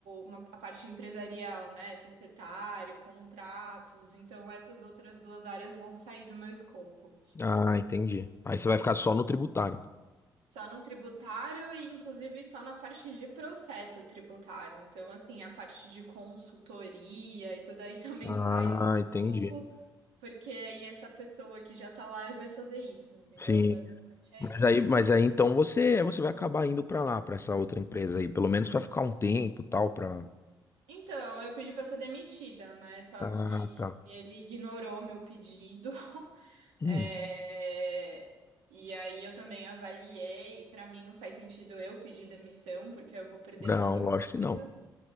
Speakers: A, on the right (about 70°); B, on the left (about 25°).
A: uma- a parte empresarial, né? Societário, contratos. Então, essas outras duas áreas vão sair do meu escopo.
B: Ah, entendi. Aí você vai ficar só no tributário.
A: Só no tributário e, inclusive, só na parte de processo tributário. Então, assim, a parte de consultoria, isso daí <laughs> também
B: Ah,
A: sai do meu
B: entendi.
A: escopo, porque aí essa pessoa que já tá lá vai fazer isso, entendeu?
B: Sim.
A: Basicamente é
B: Mas
A: isso.
B: aí, mas aí então você, você vai acabar indo pra lá, pra essa outra empresa aí, pelo menos vai ficar um tempo, e tal, pra.
A: Então, eu pedi pra ser demitida, né? Só
B: Ah,
A: que
B: tá.
A: ele ignorou meu pedido. <laughs>
B: Hum,
A: É, E aí eu também avaliei, pra mim não faz sentido eu pedir demissão, porque eu vou perder
B: não,
A: muita
B: lógico
A: coisa.
B: que não.